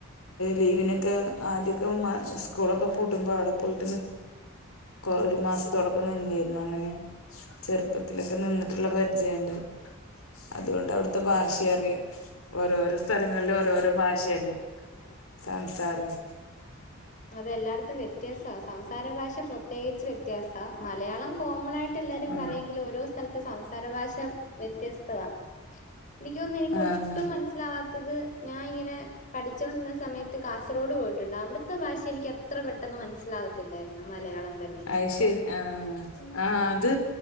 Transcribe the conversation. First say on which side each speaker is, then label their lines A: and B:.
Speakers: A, on the left; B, on the left.
A: ലീവിനൊക്കെ ആദ്യൊക്കെ സ്കൂളൊക്കെ പൂട്ടുമ്പോ അവിടെ പോയിട്ട് കൊറ ഒരു മാസത്തോളംഅവടെ പോയ്‌ നിന്നിരുന്നു അങ്ങനെ ചെറുപ്പത്തിലൊക്കെ നിന്നിട്ടുള്ള പരിചയുണ്ട് അതുകൊണ്ട് അവിടെ ഇത്തെ ഭാഷ അറിയാം ഓരോരോ സ്ഥലങ്ങളില ഓരോരോ ഭാഷയല്ലേ സംസാരം
B: അതെല്ലാടത്തും വ്യത്യാസാ സം സംസാര ഭാഷ പ്രത്യേകിച്ച് വ്യത്യാസാ മലയാളം കോമൺ ആയിട്ട് എല്ലാരും
A: ഉം
B: പറയെങ്കിൽ ഓരോ സ്ഥലത്ത് സം സാര ഭാഷ വ്യത്യസ്തവാ എനിക്കൊന്നും എനിക്ക്
A: ആഹ്
B: ഒട്ടും മനസ്സിലാവാ ത്തത് ഞാൻ ഇങ്ങനെ പഠിച്ചോണ്ടിരുന്ന സമയത്ത് കാസർഗോഡ് പോയിട്ടുണ്ട് അവിടു ത്തെ ഭാഷ എനിക്ക് അത്ര പെട്ടെന്ന് മനസ്സിലാവത്തില്ലായിരുന്നു മലയാളം തന്നെ
A: അത് ശരി ആഹ് ആഹ് അത്